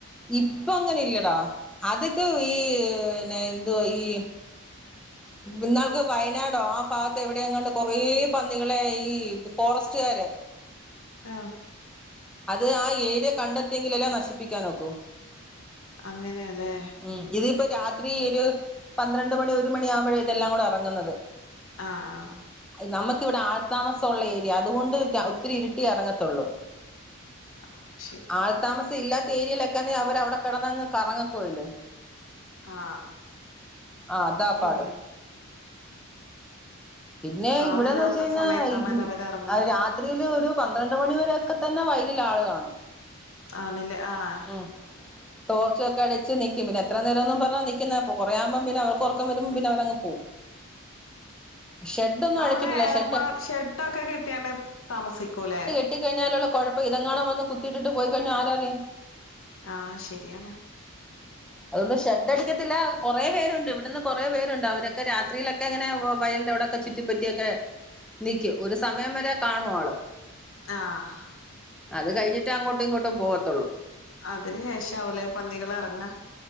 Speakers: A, in the centre; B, on the left.
A: ഇപ്പൊ അങ്ങനെയില്ലടാ അതൊക്കെ ഈ പിന്നെ എന്തുവാ ഈ ഇന്നാൾക്ക് വയനാടോ ആ ഭാഗത്ത് എവിടെയോ എങ്ങാണ്ട് കൊറേ പന്നികളെ ഈ ഫോറസ്റ്റുകാര്
B: ആഹ്
A: അത് ആഹ് ഏരിയ കണ്ടെത്തി എങ്കിലല്ലെ നശിപ്പിക്കാനൊക്കൂ
B: അങ്ങനെയാല്ലേ?
A: ഉം ഇതിപ്പോ ഈ രാത്രി ഒരു പന്ത്രണ്ട് മണി ഒരു മണിയാവുമ്പഴേ ഇതെല്ലാം കൂടെ എറങ്ങുന്നത്
B: ആഹ്
A: നമ്മക്കിവിടെ ആൾ താമസമുള്ള ഏരിയ അതുകൊണ്ട് ഒത്തിരി ഇരിട്ടിയ എറങ്ങത്തൊള്ളൂ
B: ആഹ് അഹ്ശരി
A: ആൾ താമസം ഇല്ലാത്ത ഏരിയെലക്കാന്നെ അവരവിടെ കെടന്നങ് കറങ്ങ പോയില്ലേ
B: ആ
A: ആഹ് അതാപ്പാട്
B: ശരിയാ
A: പിന്നെ
B: ആളില്ലാത്ത
A: ഇവിടെന്ന് വെച്ച് കഴിഞ്ഞാ
B: സമയത്താണല്ലോ അവര് എറങ്ങ
A: രാ ത്രിഴിൽ ഒരു പന്ത്രണ്ട് മണിവരൊക്കെ തന്നെ വയലിലാൾ കാണും
B: ആണിലേ ആഹ്
A: ഉം ടോർച്ചോക്കെ അടിച്ച് നിക്കും പിന്നെ എത്ര നേരോന്നും പറഞ്ഞാ നിക്കുന്നെ പ്പൊ കൊറയാവുമ്പോം പിന്നെ അവർക്കോറക്കം വരുമ്പം പിന്നെ അവരങ് പോവും ഷെഡൊന്നും അഴിച്ചിട്ടില്ല
B: അവിടെ ഏർമാ
A: ഷെഡ്
B: ഷെഡൊക്കെ കെട്ടിയാണ്ട് താമസിക്കൂലേ
A: കെട്ടികഴിഞ്ഞാലുള്ള കുഴപ്പം ഇതങ്ങാണം വന്ന് കുത്തിട്ടിട്ട് പോയി കഴിഞ്ഞാ ആരറിയാൻ
B: ആഹ് ശെരിയാണ്
A: അതുകൊണ്ട് ഷെഡടിക്കത്തില്ല കൊറെ പേരുണ്ട് ഇവിടുന്ന് കൊറേ പേരുണ്ട് അവരൊക്കെ രാത്രിയിലൊക്കെങ്ങനെ വയൽ ന്റവിടെക്കെ ചുറ്റി പറ്റിയൊക്കെ നിക്കും ഒരു സമയം വരെ കാണുആള്
B: ആഹ്
A: അത് കഴിഞ്ഞിട്ടെ അങ്ങോട്ടും ഇങ്ങോട്ടും പോകത്തുള്ളൂ
B: അതിന് ശേഷാവൂലെ പന്നികളെറങ്ങ